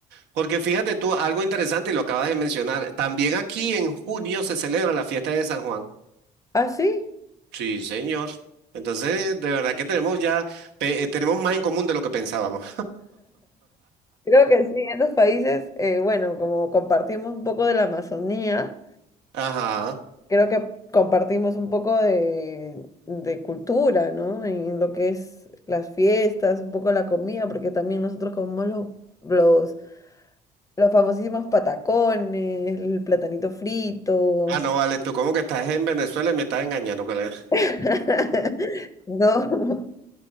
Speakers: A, on the right; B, on the left.
A: Porque fíjate tú, algo interesante y lo acabas de mencionar, también aquí en junio se celebra la fiesta de San Juan.
B: Ah, sí,
A: Sí, señor. Entonces, de verdad que tenemos ya, pe- eh, tenemos más en común de lo que pensábamos.
B: creo que sí, en esos países, eh, bueno, como compartimos un poco de la Amazonía,
A: Ajá.
B: creo que compartimos un poco de, de cultura, ¿no? En lo que es las fiestas, un poco la comida, porque también nosotros comemos los Los famosísimos patacones, el platanito frito.
A: Ah, no, vale, tú como que estás en Venezuela y me estás engañando, colega.
B: <laughs> No.